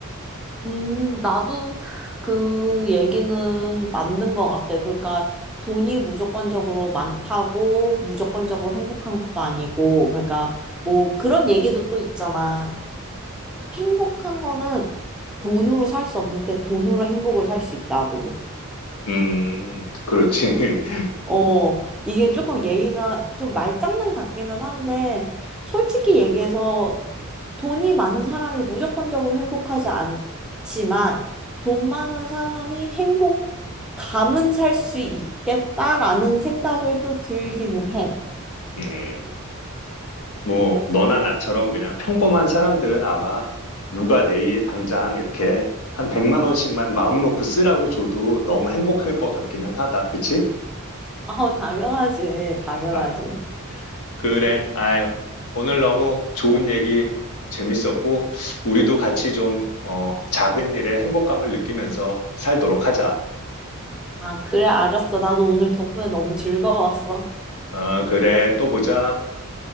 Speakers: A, in the centre; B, on the left.
A: 음, 나도 그 얘기는 맞는 것 같아. 그러니까 돈이 무조건적으로 많다고 무조건적으로 행복한 것도 아니고, 그러니까 뭐 그런 얘기도 또 있잖아. 행복한 거는 돈으로 살 수 없는데 돈으로 행복을 살 수 있다고.
B: 음, 그렇지. <laughs>
A: 어, 이게 조금 얘기가 좀 말장난 같기는 한데, 솔직히 얘기해서 돈이 많은 사람이 무조건적으로 행복하지 않지만 돈 많은 사람이 행복감은 살 수 있겠다라는 생각을 또 들기는 해.
B: 음, 뭐 너나 나처럼 그냥 평범한 사람들은 아마 누가 내일 당장 이렇게 한 100만 원씩만 마음 놓고 쓰라고 줘도 너무 행복할 것 같기는 하다. 그치?
A: 아우, 당연하지. 당연하지.
B: 아, 그래. 아유, 오늘 너무 좋은 얘기 재밌었고 우리도 같이 좀 어, 작은 일에 행복감을 느끼면서 살도록 하자.
A: 아, 그래, 알았어. 나도 오늘 덕분에 너무 즐거웠어.
B: 어, 그래. 또 보자.